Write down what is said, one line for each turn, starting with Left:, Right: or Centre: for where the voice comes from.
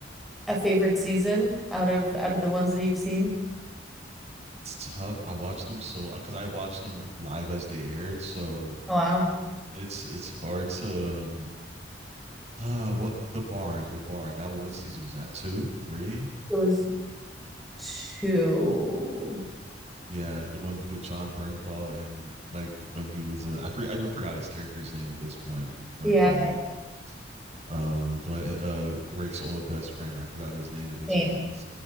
Centre: a favorite season out of out of the ones that you've seen?
Right: It's tough. I watched them so because I watched them live as they aired, so
Centre: Oh, wow,
Right: it, it's it's hard to. Um, uh what the barn the barn that what season was that two three
Centre: it was two.
Right: Yeah, the one with John Bernthal and like when he was a, I forget I even forgot his character's name at this point. Like
Centre: Yeah,
Right: um um Gle- uh Rick's old best friend. I forgot his name at this
Centre: I
Right: point. It's